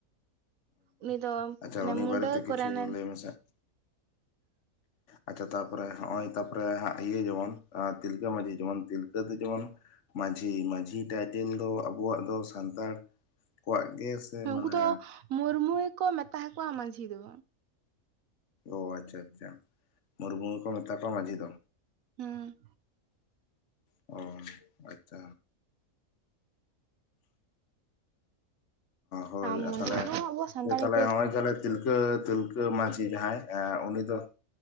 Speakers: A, on the right; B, on the left.
A: ᱩᱱᱤ ᱫᱚ
B: ᱟᱪᱪᱷᱟ
A: ᱢᱟᱱᱮ
B: ᱩᱱᱤ
A: ᱢᱩᱰᱟᱹ
B: ᱵᱟᱨᱮᱛᱮ
A: ᱠᱚᱨᱮᱱᱮ
B: ᱠᱤᱪᱷᱩ ᱞᱟᱹᱭ ᱢᱮᱥᱮ ᱟᱪᱪᱷᱟ, ᱛᱟᱯᱚᱨᱮ ᱦᱚᱜᱼᱚᱭ ᱛᱟᱯᱚᱨᱮ ᱤᱭᱟᱹ ᱡᱮᱢᱚᱱ ᱛᱤᱞᱠᱟᱹ ᱢᱟᱺᱡᱷᱤ ᱡᱮᱢᱚᱱ ᱛᱤᱞᱠᱟᱹᱛᱮ ᱡᱮᱢᱚᱱ ᱢᱟᱡᱷᱤ ᱢᱟᱡᱷᱤ ᱴᱟᱭᱴᱮᱞ ᱫᱚ ᱟᱵᱚᱣᱟᱜ ᱫᱚ ᱥᱟᱱᱛᱟᱲ ᱠᱚᱣᱟᱜ ᱜᱮ ᱥᱮ
A: ᱩᱱᱠᱩ
B: ᱢᱟᱱᱮ
A: ᱫᱚ ᱢᱩᱨᱢᱩ ᱜᱮᱠᱚ ᱢᱮᱛᱟᱠᱚᱣᱟ ᱢᱟᱹᱡᱷᱤ ᱫᱚ᱾
B: ᱚ ᱟᱪᱪᱷᱟ ᱟᱪᱪᱷᱟ ᱢᱩᱨᱩᱢ ᱜᱮ ᱠᱚ ᱢᱮᱛᱟ ᱠᱚᱣᱟ ᱢᱟᱺᱡᱷᱤ ᱫᱚ᱾
A: ᱦᱩᱸ
B: ᱚ ᱟᱪᱪᱷᱟ ᱦᱳᱭ
A: ᱟᱨ ᱢᱚᱱᱫᱤᱨ
B: ᱟ ᱛᱟᱦᱚᱞᱮ
A: ᱫᱚ ᱟᱵᱚ ᱥᱟᱱᱛᱟᱲ
B: ᱦᱴᱮ ᱛᱟᱦᱞᱮ
A: ᱜᱮ
B: ᱱᱚᱜᱼᱚᱭ ᱛᱟᱦᱮ ᱛᱤᱞ ᱛᱤᱞᱠᱟᱹ ᱛᱤᱞᱠᱟᱹ ᱢᱟᱹᱡᱷᱤ ᱡᱟᱦᱟᱸᱭ ᱮᱸ ᱩᱱᱤ ᱫᱚ